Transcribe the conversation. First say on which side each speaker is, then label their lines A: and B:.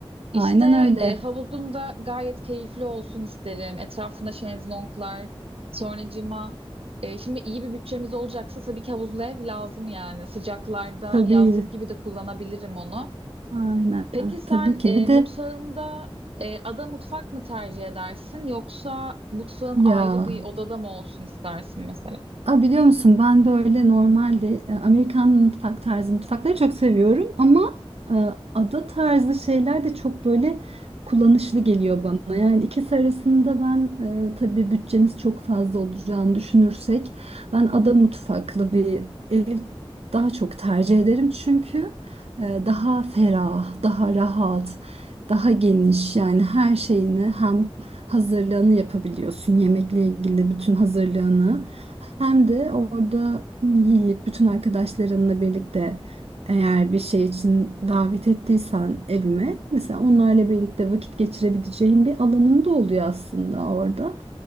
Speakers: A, on the right (about 70°); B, on the right (about 80°).
A: İşte
B: Aynen öyle.
A: e, havuzum da gayet keyifli olsun isterim. Etrafında şezlonglar, sonracığıma e, şimdi iyi bir bütçemiz olacaksa tabii ki havuzlu ev lazım yani. Sıcaklarda
B: Tabii.
A: yazlık gibi de kullanabilirim onu.
B: Aynen.
A: Peki sen
B: Tabii ki.
A: e,
B: Bir
A: mutfağında
B: de
A: e, ada mutfak mı tercih edersin yoksa mutfağın
B: ya
A: ayrı bir odada mı olsun istersin mesela?
B: a biliyor musun ben böyle normalde e, Amerikan mutfak tarzı mutfakları çok seviyorum ama e, ada tarzı şeyler de çok böyle kullanışlı geliyor bana. Yani ikisi arasında ben e, tabii bütçemiz çok fazla olacağını düşünürsek ben ada mutfaklı bir ev daha çok tercih ederim çünkü e, daha ferah, daha rahat. daha geniş yani her şeyini hem hazırlığını yapabiliyorsun yemekle ilgili bütün hazırlığını hem de orada yiyip bütün arkadaşlarınla birlikte eğer bir şey için davet ettiysen evime mesela onlarla birlikte vakit geçirebileceğin bir alanın da oluyor aslında orada.